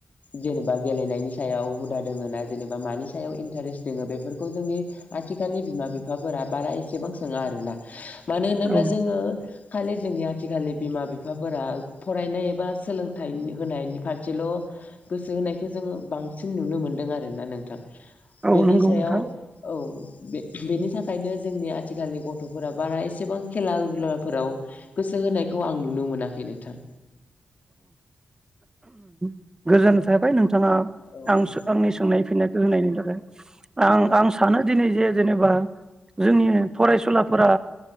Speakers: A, on the left; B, on the right.
A: जेनेबा गेलेनायनि सायाव हुदा दोङो ना जेनेबा मानि सायाव इन्टारेस्ट दोङो बेफोरखौ जोंनि आथिखालनि बिमा बिफाफोरा बारा एसेबां सोङा आरोना मानो होनोब्ला
B: औ
A: जोङो खालि जोंनि आथिखालनि बिमा बिफाफोरा फरायनाय एबा सोलोंथाइनि होनायनि फारसेल' गोसो होनायखौ जोङो बांसिन नुनो मोनदों आरो ना नोंथां
B: औ
A: बेनि
B: नंगौ
A: सायाव
B: नोंथां
A: औ बे बेनि थाखायनो जोंनि आथिखालनि गथ'फोरा बारा एसेबां खेला दुलाफोराव गोसो होनायखौ आं नुनो मोनाखै नोंथां
B: गोजोनाय थाबाय नों थाङा
A: औ
B: आं
A: नंगौ
B: सो आंनि सोंनाय फिननायखौ होनायनि थाखाय आं आं सानो दिनै जे जेनेबा जोंनि फरायसुलाफोरा